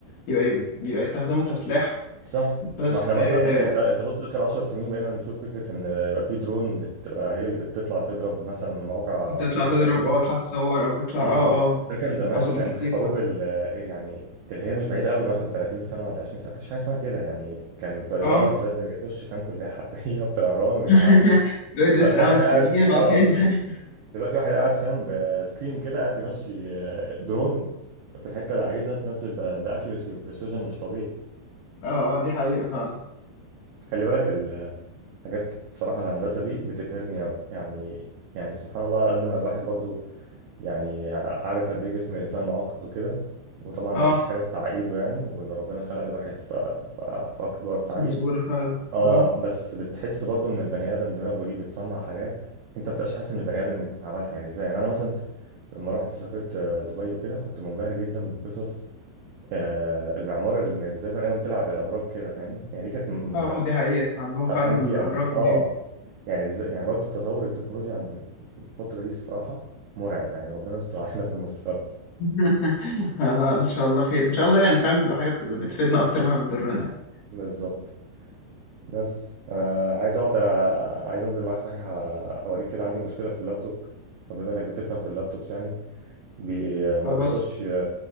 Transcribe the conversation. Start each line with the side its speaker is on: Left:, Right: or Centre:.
Left: يبقى بيبقى يستخدموه كسلاح
Right: صح
Left: بس
Right: ما احنا مثلا
Left: آه،
Right: انت انت بص اخر 10 سنين بقينا نشوف فكره ان يبقى في درون بتبقى هي اللي بتطلع تضرب مثلا مواقع عسكريه
Left: تطلع تضرب
Right: او كده
Left: أه تطلع تصور أو تطلع
Right: اه
Left: أه أه
Right: ده كان زمان
Left: حصلت
Right: في ايام
Left: كتير
Right: حروب
Left: فعلا.
Right: ال يعني اللي هي مش بعيده قوي مثلا 30 سنه ولا 20 سنه كانش حاجه اسمها كده يعني كان طيار
Left: أه
Right: لازم يخش فاهم كليه حربيه <laughs> وطيران ويتعلم
Left: <laughs> يدرس
Right: دلوقتي
Left: خمس
Right: واحد قاعد
Left: سنين
Right: اه
Left: بعد كده يبدأ
Right: دل- دلوقتي واحد قاعد فاهم بسكرين كده قاعد بيمشي آه، درون في الحته اللي عايزها تنزل باكيوسي وبريسيجن مش طبيعي
Left: اه اه دي حقيقة فعلا
Right: خلي بالك الحاجات الصراحه الهندسه دي بتبهرني قوي يعني يعني سبحان الله على قد ما الواحد برضو يعني عارف قد ايه جسم الانسان معقد وكده وطبعا
Left: اه
Right: ما فيش حاجه في تعقيده يعني وان ربنا خلق الواحد ف... ف... في اكبر تعقيد
Left: سنسورة فعلا
Right: اه
Left: اه
Right: بس بتحس برضو ان البني ادم دماغه دي بتصنع حاجات انت بتبقاش حاسس ان البني ادم عملها يعني ازاي يعني انا مثلا لما رحت سافرت آه، دبي وكده كنت منبهر جدا بقصص آه، المعمار اللي ازاي البني ادم طلع بالابراج كده فاهمني يعني دي كانت م-
Left: اه
Right: م-
Left: دي حقيقة عندهم فعلا
Right: فرحان فيه
Left: الأبراج
Right: على اه
Left: رهيبة
Right: يعني ازاي يعني برضه تطور التكنولوجيا عند الفترة دي الصراحة مرعب يعني ربنا يستر علينا في المستقبل
Left: <laughs> أنا إن شاء الله خير إن شاء الله يعني فاهم تبقى حاجة بت- بتفيدنا أكتر ما بتضرنا يعني
Right: بالظبط بس انا عايز اقعد أ- عايز انزل معاك صحيح اوريك كده عندي مشكله في اللابتوب فبما انك بتفهم في اللابتوبس يعني بي ما
Left: خلاص
Right: بيرضاش ي-